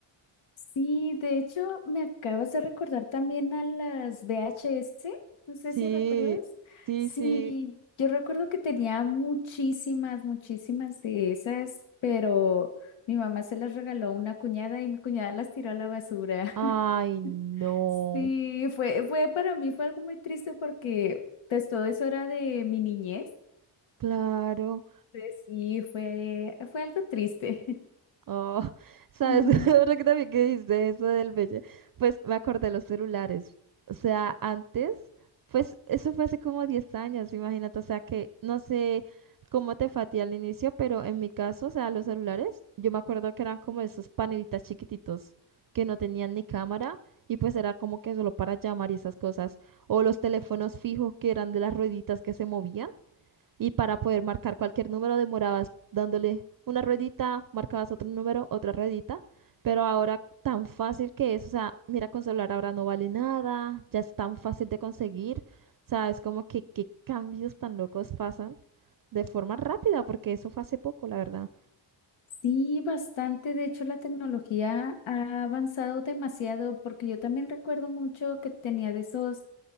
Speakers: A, on the left; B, on the right.
A: Sí, de hecho, me acabas de recordar también a las VHS, no sé
B: Sí,
A: si recuerdas.
B: sí,
A: Sí,
B: sí.
A: yo recuerdo que tenía muchísimas, muchísimas de esas, pero mi mamá se las regaló a una cuñada y mi cuñada las tiró a la basura.
B: Ay,
A: <laughs>
B: no.
A: Sí, fue, fue para mí fue algo muy triste porque pues, todo eso era de mi niñez.
B: Claro,
A: Entonces, sí, fue, fue algo triste.
B: oh,
A: <laughs>
B: sabes,
A: Mm.
B: <laughs> ahora que también que dijiste eso del bello, pues me acordé de los celulares, o sea, antes, pues eso fue hace como 10 años, imagínate, o sea que no sé cómo te fue a ti al inicio, pero en mi caso, o sea, los celulares, yo me acuerdo que eran como esos panelitas chiquititos que no tenían ni cámara y pues era como que solo para llamar y esas cosas, o los teléfonos fijos que eran de las rueditas que se movían. Y para poder marcar cualquier número demorabas dándole una ruedita, marcabas otro número, otra ruedita. Pero ahora tan fácil que es, o sea, mira, con celular ahora no vale nada, ya es tan fácil de conseguir. O sea, es como que qué cambios tan locos pasan de forma rápida, porque eso fue hace poco, la verdad.
A: Sí, bastante. De hecho, la tecnología ha avanzado demasiado porque yo también recuerdo mucho que tenía de esos